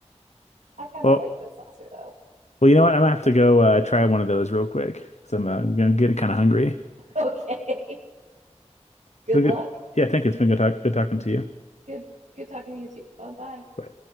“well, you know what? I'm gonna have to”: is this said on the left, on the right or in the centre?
Left